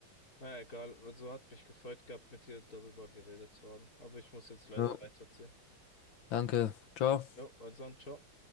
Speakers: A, on the left; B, on the left.
A: Na ja, egal, also hat mich gefreut gehabt, mit dir darüber geredet zu haben. Aber ich muss jetzt leider
B: Ja.
A: weiterziehen.
B: Danke. Ciao.
A: Jo, also dann, ciao.